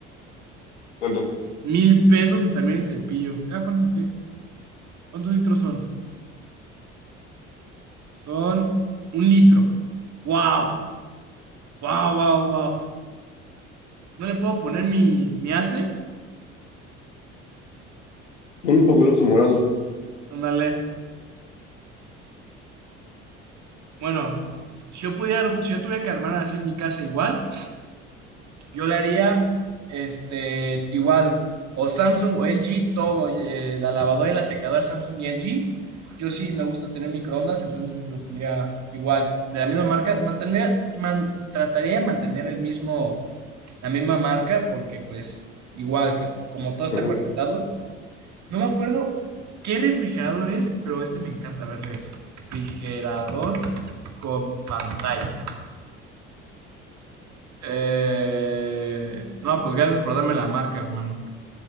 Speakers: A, on the left; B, on the right.
A: cuánto.
B: Mil pesos y también el cepillo. ¿Cada cuántos, ti- cuántos litros son? Son un litro. ¡Wow! ¡Wow, wow, wow! ¿No le puedo poner mi, mi ACE?
A: Un fabuloso morado.
B: Ándale. Bueno, si yo pudiera, arm- si yo tuviera que armar así mi casa igual, yo le haría este, igual, o Samsung o LG, todo, eh, la lavadora y la secadora Samsung y LG. Yo sí me gusta tener microondas, entonces lo tendría igual, de la misma marca. Mantendría, man- trataría de mantener el mismo la misma marca, porque pues igual que como todo está
A: Ajá.
B: conectado, no me acuerdo qué refrigerador es, pero este me encanta. A ver, refrigerador con pantalla. Eh, no, pues gracias por darme la marca, hermano.